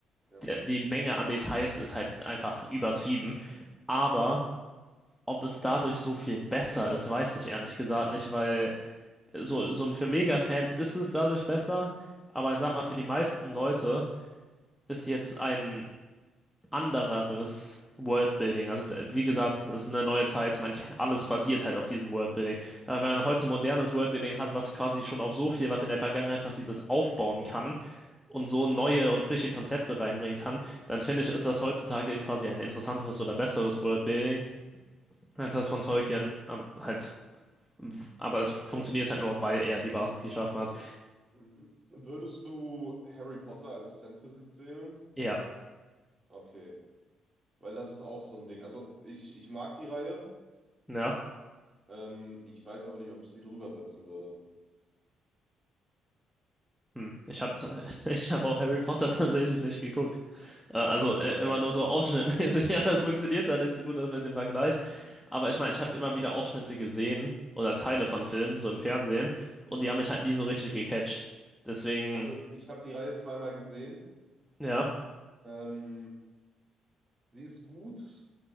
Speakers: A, on the right; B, in the centre.
A: ja,
B: Der, die Menge an Details ist halt einfach übertrieben. Aber ob es dadurch so viel besser ist, weiß ich ehrlich gesagt nicht, weil so, so für Mega-Fans ist es dadurch besser. Aber ich sag
A: Mhm.
B: mal, für die meisten Leute ist jetzt ein andereres Worldbuilding. Also d- wie gesagt, es ist eine neue Zeit, man, ke- alles basiert halt auf diesem Worldbuilding. Aber wenn
A: ja.
B: man heute modernes Worldbuilding hat, was quasi schon auf so viel, was in der Vergangenheit passiert ist, aufbauen kann und so neue und frische Konzepte reinbringen kann, dann finde ich, ist das heutzutage quasi ein interessanteres oder besseres Worldbuilding als das von Tolkien. Ähm, halt, w- aber es funktioniert halt nur, weil er die Basis geschaffen hat.
A: Mhm. Würdest du Harry Potter als Fantasy zählen?
B: Ja,
A: Okay, weil das ist auch so ein Ding. Also ich, ich mag die Reihe,
B: ja.
A: ähm, ich weiß aber nicht, ob ich sie drüber setzen würde.
B: Hm. Ich habe <laughs> ich hab auch Harry Potter <laughs> tatsächlich nicht geguckt. Äh, Also
A: Ah, okay,
B: äh,
A: ja,
B: immer
A: super.
B: nur so ausschnittmäßig. <laughs> Ja, das funktioniert dann nicht so gut das mit dem Vergleich. Aber ich meine, ich habe immer wieder Ausschnitte gesehen oder Teile von Filmen, so im Fernsehen, und die haben mich halt nie so richtig gecatcht. Deswegen,
A: Also ich habe die Reihe zweimal gesehen.
B: ja,
A: Ähm, Sie ist gut,